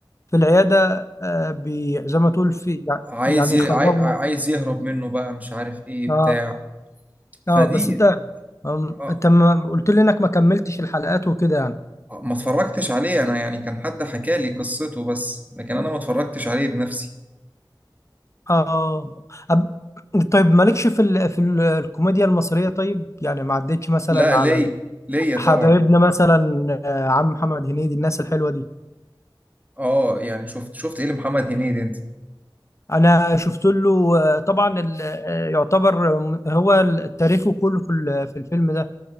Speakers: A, on the left; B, on the right.
A: في العياده آه، بي زي ما تقول في يع-
B: عايز
A: يعني
B: ي...
A: يخرجه
B: عاي... عايز يهرب منه بقى مش عارف ايه
A: اه
B: بتاع
A: اه
B: فدي
A: بس انت أم،
B: آه،
A: انت ما قلت لي انك ما كملتش الحلقات وكده يعني
B: آه، ما اتفرجتش عليه انا يعني كان حد حكى لي قصته بس لكن انا ما اتفرجتش عليه بنفسي
A: اه أب... طيب مالكش في ال... في ال... الكوميديا المصرية طيب يعني ما عدتش مثلا
B: لا ليه
A: على ال-
B: ليا
A: حبايبنا
B: طبعا
A: مثلا آه، عم محمد هنيدي الناس الحلوة دي
B: اه يعني شفت شفت ايه لمحمد هنيدي انت
A: انا شفت له آه، طبعا ال... آه، يعتبر م- هو ال- تاريخه كله في ال... في الفيلم ده